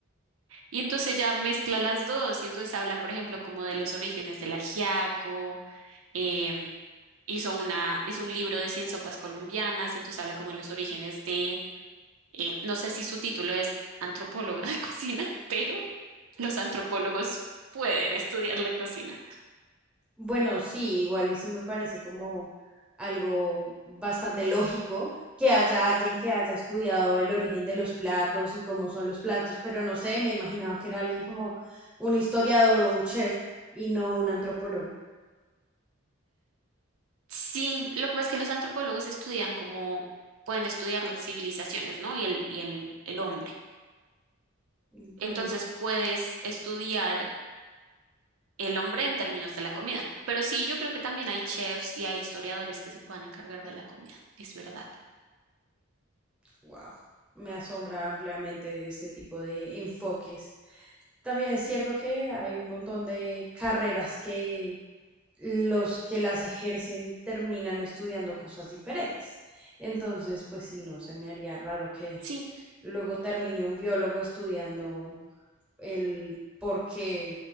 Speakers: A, on the right (about 80°); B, in the centre.
A: Y entonces ya mezcla las dos y entonces habla, por ejemplo, como de los orígenes del ajiaco, em, hizo una, hizo un libro de 100 sopas colombianas, entonces habla como de los orígenes de, eh, no sé si su título es antropóloga de <laughs> cocina, pero los antropólogos pueden estudiar la cocina.
B: Bueno, sí, igual y sí me parece como algo bastante lógico que haya alguien que haya estudiado el origen de los platos y cómo son los platos, pero no sé, me imaginaba que era alguien como un historiador o un chef y no un antropólogo.
A: Sí, lo que pasa es que los antropólogos estudian como, pueden estudiar las civilizaciones, ¿no? Y el, y el, el hombre.
B: Bueno,
A: Entonces puedes estudiar el hombre en términos de la comida. Pero sí, yo creo que también hay chefs y hay historiadores que se puedan encargar de la comida. Es verdad.
B: wow, me asombra ampliamente este tipo de enfoques. También es cierto que hay un montón de carreras que los que las ejercen terminan estudiando cosas diferentes. Entonces, pues sí, no se me haría raro que
A: Sí,
B: luego termine un biólogo estudiando el por qué